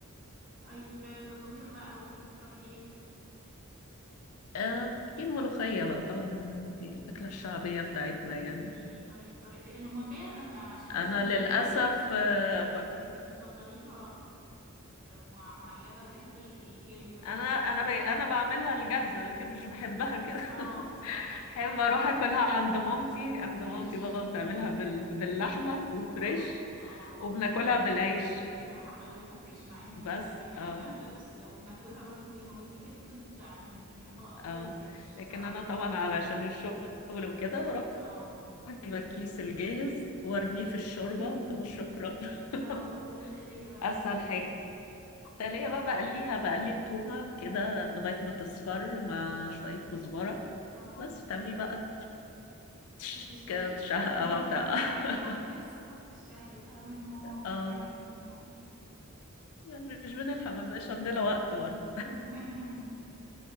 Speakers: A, on the right; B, on the left.
A: طيب آه، كطبيخ بقى او كده تقترحي ايه
B: آه، في الملوخية بقى طبعا دي الأكلة الشعبية بتاعتنا يعني
A: قولي لي طيب طريقه إيه؟ الملوخيه آه، عشان بس
B: أنا
A: الملوخيه
B: للأسف
A: مدارس استني
B: آه، ب-
A: انتي بتفضليها مع- معلبه جاهزه اللي هي المجمده
B: أنا أنا
A: ولا
B: بي أنا بعملها الجاهزة لكن مش بحبها كده
A: اه بالظبط
B: <laughs>
A: فعلا
B: بحب أروح أكلها عند مامتي عند
A: فريش
B: مامتي بابا بتعملها بال... باللحمة وفريش
A: اه اه
B: وبناكلها بالعيش
A: هي الصراحة حلاوتها فريش مع ان ماما
B: بس
A: بتعملها
B: اه
A: جاهزة بس وبناكلها برضو زي ما قلتي جاهزة بس لا احنا بنحبها اكتر
B: اه
A: الفريش صراحة
B: لكن أنا طبعا علشان الشغل وكده بروح
A: اه
B: أجيب الكيس الجاهز وأرميه في الشوربة
A: <laughs>
B: وخلاص شكرا
A: اه
B: <laughs>
A: والتقلية بقى
B: أسهل حاجة تلاقيها بقى بقليها بقلي التومة كده لغاية ما تصفر مع شوية كزبرة
A: اه
B: بس بتعملي بقى تش-
A: بتشهقي
B: كده تشهقة
A: <laughs>
B: بقى بتاع <laughs>
A: لا احنا ما عندناش ثقافة الشهي ده ماما مش
B: اه
A: بتعمل كده يعني
B: يعني مش بنلحق ما بقاش عندنا وقت برضه
A: <laughs>